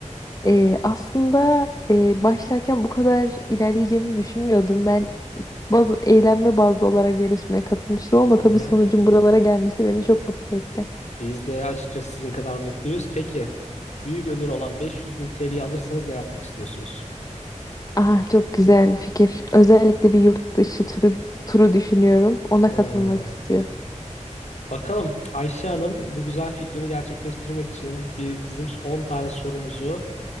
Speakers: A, on the left; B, on the left.
A: Ee, aslında e, başlarken bu kadar ilerleyeceğimi düşünmüyordum. Ben bazı eğlenme bazlı olarak yarışmaya katılmıştım ama tabii
B: Hı hı.
A: sonucun buralara gelmesi beni çok mutlu etti.
B: Biz de açıkçası sizin kadar mutluyuz. Peki, büyük ödül olan 500 bin TL'yi alırsanız ne yapmak istiyorsunuz?
A: Ah çok güzel bir fikir. Özellikle bir yurt dışı turu, turu düşünüyorum. Ona
B: Hmm.
A: katılmak istiyorum.
B: Bakalım Ayşe Hanım bu güzel fikrini gerçekleştirmek için bir, bizim 10 tane sorumuzu